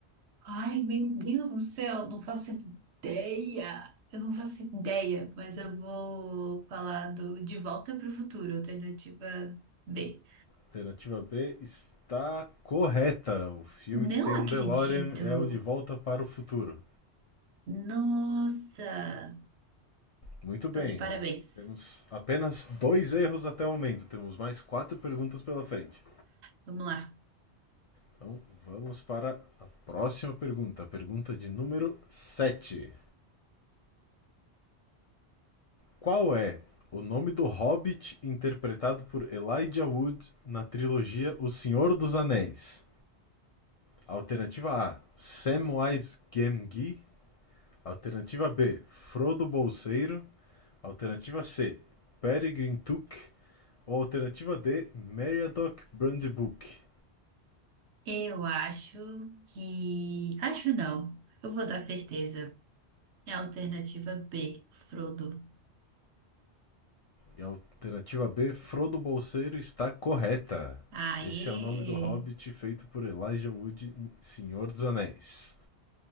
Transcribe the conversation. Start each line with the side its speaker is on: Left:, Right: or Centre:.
Right: Ai, meu Deus do céu, não faço ideia. Eu não faço ideia, mas eu vou falar do De Volta para o Futuro, alternativa B.
Left: Alternativa B está correta. O filme
Right: Não
Left: que tem um
Right: acredito.
Left: DeLorean é o De Volta para o Futuro.
Right: Nossa,
Left: Muito bem,
Right: tô de parabéns.
Left: ó. Temos apenas dois erros até o momento. Temos mais quatro perguntas pela frente.
Right: Vamos lá.
Left: Então vamos para a próxima pergunta, a pergunta de número sete. Qual é o nome do hobbit interpretado por Elijah Wood na trilogia O Senhor dos Anéis? Alternativa A: Samwise Gamgee. Alternativa B, Frodo Bolseiro. Alternativa C, Peregrine Took. Ou alternativa D, Meriadoc Brandybuck.
Right: Eu acho que. Acho não. Eu vou dar certeza. É a alternativa B, Frodo.
Left: E a alternativa B, Frodo Bolseiro, está correta.
Right: Aê!
Left: Esse é o nome do hobbit feito por Elijah Wood em Senhor dos Anéis.